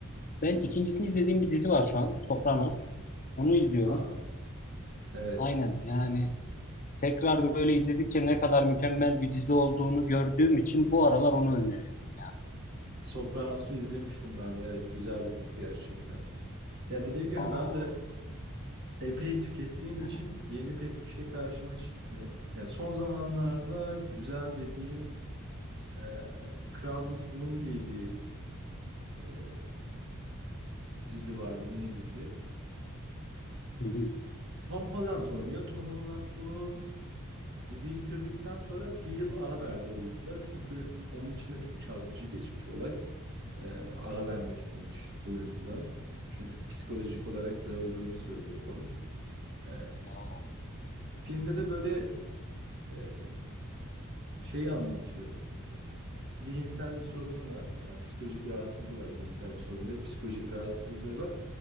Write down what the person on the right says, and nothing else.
Ha, evet.
Sopranos'u izlemiştim ben de. Evet, güzel bir dizi gerçekten. Ya dediğim gibi
ben de epey tükettiğim
için yeni pek bir şey karşıma çıkmıyor. Ya son zamanlarda güzel dediğim e, Crowded Room diye bir e, dizi vardı, mini dizi.
Tom Holland oynuyor. Tom Holland bunu Diziyi bitirdikten sonra bir yıl ara verdi oyuncular. Çünkü onun için de çok çarpıcı geçmiş olay. Ee, ara vermek istemiş oyunculuğa. Çünkü psikolojik olarak dağıldığını söylüyor falan. Ee,
filmde de böyle e, şeyi anlatıyor. Zihinsel bir sorunu var. Yani psikolojik bir rahatsızlığı var. Zihinsel bir sorun değil. Psikolojik bir rahatsızlığı var.